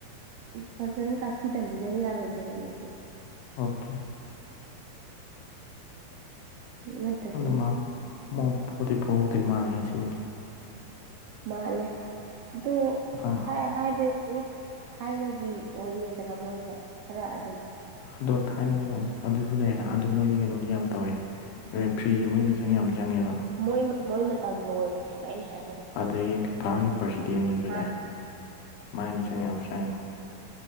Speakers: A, on the right; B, on the left.
A: ꯎꯝ ꯐꯖꯅ ꯇꯥꯛꯄꯤ ꯇꯝꯕꯤꯗꯕ ꯌꯥꯔꯣꯏꯗꯣꯔꯤ ꯃꯁꯦ
B: ꯑꯣꯀꯦ
A: ꯅꯠꯇ꯭ꯔꯗꯤ
B: ꯑꯗꯨ ꯃꯥ ꯃꯥ ꯄꯣꯗꯤ ꯄꯣꯍꯧꯗꯣꯏ ꯃꯥꯂꯦ ꯉꯁꯤꯗꯤ
A: ꯃꯥꯜꯂꯦ ꯑꯗꯨ
B: ꯑꯥ
A: ꯍꯥꯏ ꯍꯥꯏꯗꯤ ꯊꯥꯏꯅꯒꯤ ꯑꯣꯏꯔꯦꯗꯅ ꯃꯣꯏꯁꯦ ꯈꯔ ꯑꯗꯨꯝ
B: ꯗꯣ ꯊꯥꯏꯅꯤ ꯑꯗꯨꯁꯨꯂꯩꯅ <unintelligible> ꯑꯗꯨ ꯃꯣꯏꯗꯤ ꯀꯩꯅꯣꯗꯤ ꯌꯥꯝ ꯇꯧꯋꯦ ꯔꯦꯐ꯭ꯔꯤꯁꯨ ꯃꯣꯏ ꯃꯤꯆꯪ ꯌꯥꯝ ꯆꯪꯉꯦꯕ
A: ꯃꯣꯏ ꯃꯣꯏ ꯃꯇꯝ ꯂꯣꯏꯔꯦ ꯍꯥꯏꯕ ꯑꯩꯅ ꯍꯥꯏꯔꯛꯀꯗꯕ
B: ꯑꯗꯒꯤ
A: ꯑꯩꯁꯦ
B: ꯐꯤꯐꯥꯒꯤ ꯄ꯭ꯔꯁꯤꯗꯦꯟꯗꯨꯁꯨꯅꯦ
A: ꯍꯥꯟꯅ
B: ꯃꯥꯏ ꯃꯤꯆꯪ ꯌꯥꯝ ꯆꯪꯉꯦ